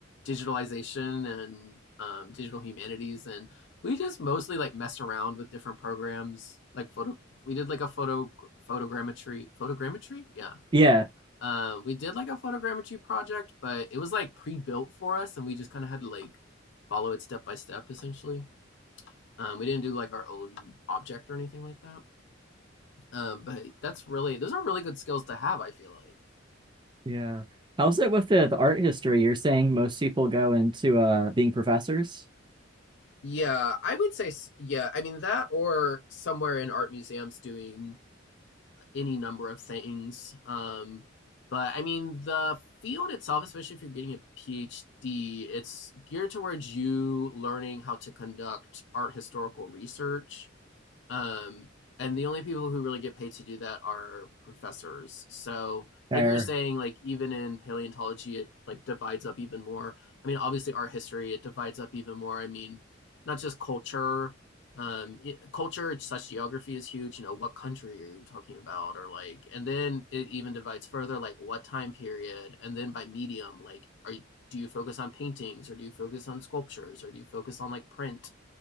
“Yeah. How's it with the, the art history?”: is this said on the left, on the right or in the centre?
Right